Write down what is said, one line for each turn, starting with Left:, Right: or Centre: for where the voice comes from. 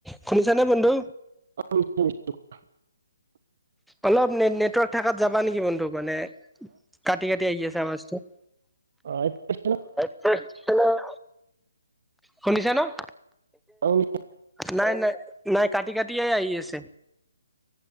Centre: শুনিছানে বন্ধু?
Right: অ' <inaudible>
Centre: অলপ নেট নেটৱৰ্ক থাকাত যাবা নেকি বন্ধু মানে কাটি কাটি আহি আছে আৱাজটো।
Right: অ' <inaudible>
Centre: হয়, হেল্ল' শুনিছা ন'?
Right: <inaudible>
Centre: নাই নাই নাই কাটি কাটিয়ে আহি আছে।